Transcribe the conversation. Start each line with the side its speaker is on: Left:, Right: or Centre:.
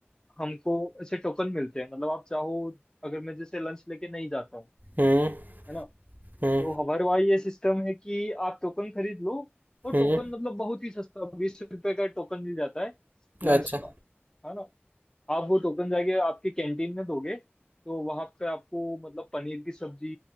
Left: हमको ऐसे टोकन मिलते हैं मतलब आप चाहो अगर मैं जैसे लंच लेके नहीं जाता हूँ
Right: हम्म
Left: है ना
Right: हम्म
Left: तो हमारे वहाँ ये सिस्टम है कि आप टोकन खरीद लो और
Right: हम्म
Left: टोकन मतलब बहुत ही सस्ता बीस रुपए का टोकन मिल जाता है लंच
Right: अच्छा
Left: का है ना आप वो टोकन जाके आपके कैंटीन में दोगे तो वहां पे आपको मतलब पनीर की सब्जी